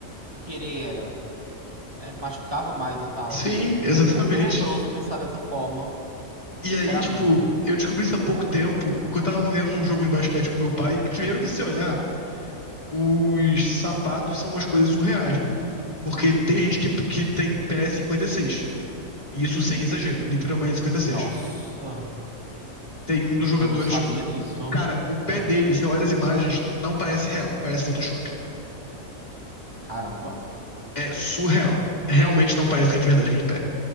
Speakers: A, on the right (about 20°); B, on the left (about 30°).
A: do que ele era. né? Machucava mais e tal.
B: sim,
A: É
B: <laughs>
A: muito
B: exatamente.
A: tenebroso pensar dessa forma,
B: E
A: sinceramente.
B: aí, tipo, eu descobri isso há pouco tempo, porque eu tava vendo um jogo de basquete com meu pai, que primeiro que se olhar, os sapatos são umas coisas surreais, né? Porque
A: Uhum.
B: tem gente que, que tem pé 56. E seis. E isso sem exagero, literalmente 56.
A: Nossa,
B: Tem um dos jogadores
A: eu não sabia
B: que,
A: disso.
B: cara, o pé dele, você olha as imagens, não parece real, parece Photoshop.
A: Caramba,
B: É surreal. Realmente não parece que é de verdade aquele pé.